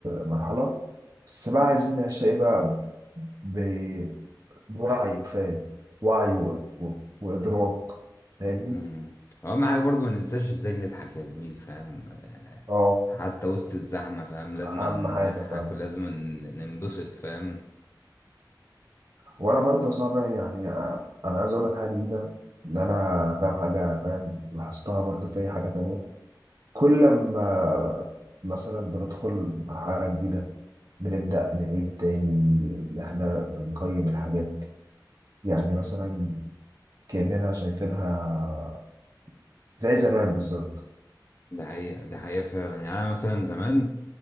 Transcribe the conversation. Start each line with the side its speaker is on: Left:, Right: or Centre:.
Right: مرحلة بس بقى عايزين نعيشها ايه بقى ب- بوعي كفاية وعي و... و... وإدراك فاهمني
Left: مم. وأهم حاجة برضو ما ننساش إزاي نضحك يا زميلي فاهم يعني
Right: اه
Left: حتى وسط الزحمة فاهم لازم
Right: أهم حاجة
Left: نضحك
Right: فعلا
Left: ولازم ننبسط فاهم
Right: وانا برضه صعب يعني آه، انا عايز اقول لك حاجه جديده ان انا فاهم حاجه فاهم لاحظتها برضه في أي حاجه تانية كل ما مثلا بندخل مرحله جديده بنبدا نعيد تاني ان احنا بنقيم الحاجات يعني
Left: مم.
Right: مثلا كاننا شايفينها زي زمان بالظبط
Left: ده حقيقة ده حقيقة فعلا يعني أنا مثلا زمان